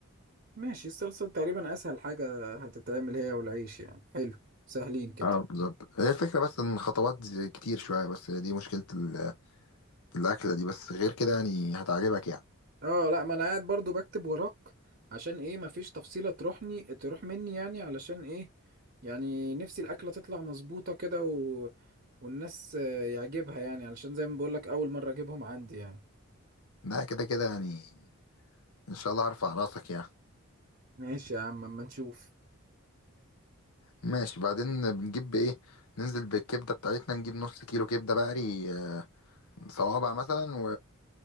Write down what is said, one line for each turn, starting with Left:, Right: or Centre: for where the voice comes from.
Right: ماشي الصلصة تقريبا أسهل حاجة هتتعمل هي والعيش يعني حلو سهلين كده
Left: اه بالظبط هي الفكرة بس ان خطوات زي- كتير شوية بس هي دي مشكلة ال- الأكلة دي بس غير كده يعني هتعجبك يعني
Right: اه لا ما أنا قاعد برضو بكتب وراك عشان ايه مفيش تفصيلة تروحني تروح مني يعني علشان ايه يعني نفسي الأكلة تطلع مظبوطة كده و... والناس آه، يعجبها يعني علشان زي ما بقولك أول مرة أجيبهم عندي يعني
Left: لا كده كده يعني ان شاء الله هرفع راسك يعني
Right: ماشي يا عم أما نشوف
Left: ماشي بعدين بنجيب ايه ننزل بالكبدة بتاعتنا نجيب نص كيلو كبدة بقري آه، صوابع مثلا